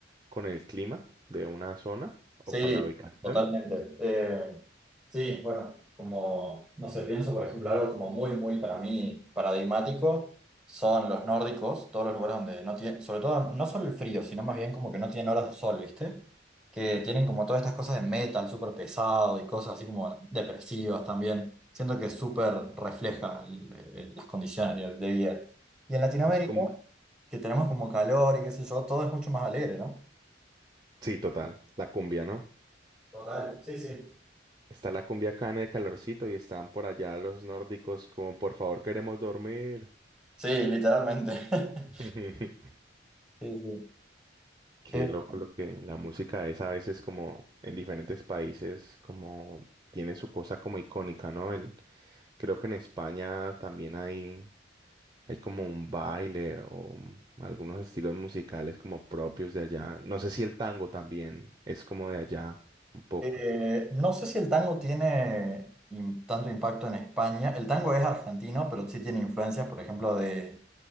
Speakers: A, on the right; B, in the centre.
A: con el clima de una zona o
B: Sí,
A: con la ubicación?
B: totalmente. Eh, sí, bueno, como, no sé, pienso, por ejemplo, algo como muy, muy para mí paradigmático son los nórdicos, todos los lugares donde no tienen, sobre todo, no solo el frío, sino más bien como que no tienen horas de sol, ¿viste? Que tienen como todas estas cosas de metal súper pesado y cosas así como depresivas también. Siento que súper refleja el- el- las condiciones de de vida. Y en Latinoamérica,
A: Es como,
B: que tenemos como calor y qué sé yo, todo es mucho más alegre, ¿no?
A: Sí, total. La cumbia, ¿no?
B: Total, sí, sí.
A: Está la cumbia acá en el calorcito y están por allá los nórdicos como, por favor, queremos dormir.
B: Sí, literalmente. <laughs>
A: <laughs>
B: Sí, sí.
A: Qué
B: Eh,
A: loco lo que la música es a veces como en diferentes países como tiene su cosa como icónica, ¿no? El, creo que en España también hay, hay como un baile o un- algunos estilos musicales como propios de allá. No sé si el tango también es como de allá un poco.
B: eh, no sé si el tango tiene im- tanto impacto en España. El tango es argentino, pero sí tiene influencias, por ejemplo, de,